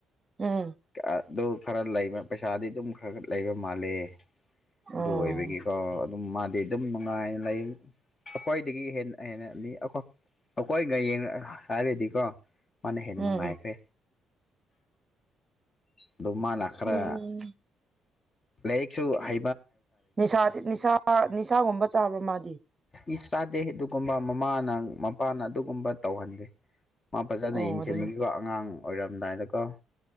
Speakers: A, on the right; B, on the left.
A: ꯎꯝ
B: ꯑꯗꯨ ꯈꯔ ꯂꯩꯕ ꯄꯩꯁꯥꯗꯤ ꯑꯗꯨꯝ ꯈꯔ ꯈꯔ ꯂꯩꯕ ꯃꯥꯜꯂꯦ
A: ꯑꯣ
B: ꯗ ꯑꯣꯏꯕꯒꯤ ꯀ ꯑꯗꯨꯝ ꯃꯥꯗꯤ ꯑꯗꯨꯝ ꯅꯨꯡꯉꯥꯏꯅ ꯂꯩ ꯑꯩꯈꯣꯏꯗꯒꯤ ꯍꯦꯟꯅ ꯍꯦꯟꯅꯅꯤ ꯑꯩꯈꯣꯏ ꯑꯩꯈꯣꯏꯒꯡ ꯍꯥꯏꯔꯗꯤꯀꯣ ꯃꯥꯅ ꯍꯦꯟꯅ
A: ꯎꯝ
B: ꯅꯨꯡꯉꯥꯏꯈ꯭ꯔꯦ ꯑꯗꯣ ꯃꯥꯅ ꯈꯔ
A: ꯎꯝ
B: ꯂꯥꯏꯔꯤꯛꯁꯨ ꯍ
A: ꯅꯤꯁꯥꯗꯤ ꯅꯤꯁꯥ ꯅꯤꯁꯥꯒꯨꯝꯕ ꯆꯥꯕ꯭ꯔ ꯃꯥꯗꯤ
B: ꯃꯤ ꯆꯥꯗꯦ ꯑꯗꯨꯒꯨꯝꯕ ꯃꯃꯥꯅ ꯃꯄꯥꯅ ꯑꯗꯨꯒꯨꯝꯕ ꯇꯧꯍꯟꯗꯦ ꯃꯥ ꯐꯖꯅ
A: ꯑꯣ
B: ꯌꯦꯡꯁꯤꯟꯕꯒꯤꯀꯣ
A: ꯑꯗꯨꯅꯦ
B: ꯑꯉꯥꯡ ꯑꯣꯏꯔꯝꯗꯥꯏꯗꯀꯣ